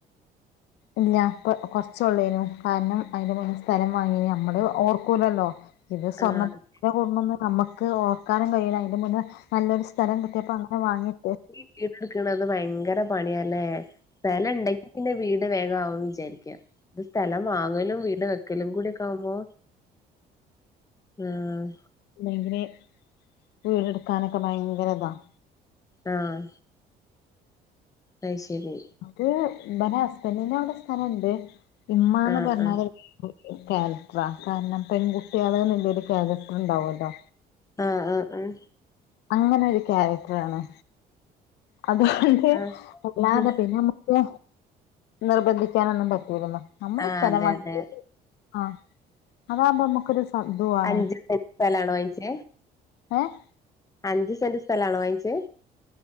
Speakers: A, on the left; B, on the left.
A: ഇല്ല ഇപ്പേ കൊറ് ച്ചൊള്ളേനും കാര്ണം അതിന്റെ മുന്നെ സ്ഥലം വാങ്ങിയ നമ്മള് ഓർക്കൂലല്ലോ. പിന്നെ സ്വർണ്ണത്തിന്
B: ആഹ്
A: കൂട <unintelligible> ന്ന് നമക്ക് ഓർക്കാനും കഴിയുല അതിന്റെ മുന്നേ നല്ലൊരു- സ്ഥലം കിട്ടിയപ്പോ അങ്ങനെ വാങ്ങിട്ട്
B: ഈ വീട് ഇട്ക്ക്ണത് ഭയങ്കര പണിയാ ല്ലേ സ്ഥലം ഇണ്ടെങ്കില് ഇപെ തന്നെ വീട് വേഗ ആവുന്ന് വിചാരിക്ക ഇത് സ്ഥലം വാങ്ങലും വീട് വെ- വക്കലും കൂടിയൊക്കെ ആവുമ്പോ ആഹ്-
A: ഭയങ്കെര ഇപ വീട്ട്ടുക്കനൊ ഒക്കെ ഭയങ്കര ഇതാ-
B: ആഹ് അയ് ശെരി
A: ത് ഹസ്ബൻറിന് ഇവിടെ സ്ഥലണ്ട്. ഇമ്മ എന്ന്
B: ആഹ്
A: പറഞ്ഞാല്-
B: ആഹ്
A: കാരക്റ്റ്ര കാരണം പെൺകുട്ട്യേള ഇന്നൊരു കാരക്റ്റർ ഇണ്ടാവൊല്ലോ?
B: ആഹ് ആഹ ആഹ്..
A: അങ്ങനെ ഒരു കാരക്റ്റ്രാണ്. അതുകൊണ്ട്
B: ആഹ്
A: അല്ലാതെ
B: ഹും.
A: പിന്നെ നമുക്ക് നിർബന്ധിക്കാനൊന്നും പറ്റുല്ലല്ലോ. നമ്മുടെ
B: ആഹ്
A: സ്ഥലം
B: അതെ
A: വാങ്ങി
B: അതെ
A: ആ അതാകുമ്പോ നമുക്കൊരു- സധു ആണ്
B: അഞ്ച് സെന്റ് സ്ഥലാണോ വാങ്ങിച്ചേ
A: ഏ <unintelligible>
B: അഞ്ച് സെന്റ് സ്ഥലാണോ വാങ്ങിച്ചേ?